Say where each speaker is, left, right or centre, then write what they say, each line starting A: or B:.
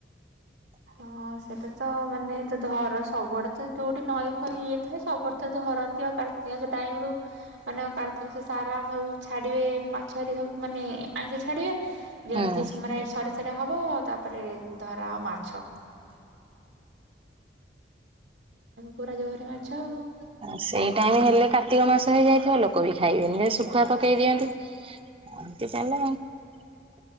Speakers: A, on the right (about 90°); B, on the right (about 30°).
A: ହଁ ସେଟା ତ ମାନେ ତ ଧର ସବୁଆଡେ ତ ଯୋଉଠି ନଈ ଫଇ ଇଏ ଥାଏ ସବୁଆଡେ ତ ଧରନ୍ତି ଆ କାର୍ତ୍ତିକ ମାସ ଟାଇମ ରୁ ମାନେ କାର୍ତ୍ତିକ ମାସ ସାରା ସବୁ ଛାଡିବେ ମାଛର ସବୁ ମାନେ ଆଇଁଷି ଛାଡିବେ ଯେମିତି
B: ହୁଁ
A: ସେମାନେ ସରି ସରିଆ ହବ ତାପରେ ଧରା ମା ଛ ପୁରା ଜୋରରେ ମାଛ ଆଉ
B: ଆ ସେଇ ଟାଇମ ହେଲେ କାର୍ତ୍ତିକ ମାସ ହେଇ ଯାଇଥିବ। ଲୋକ ବି ଖାଇବେନି ଶୁଖୁଆ ପକେଇ ଦିଅନ୍ତି। ଏମତି ଚାଲେ ଆଉ।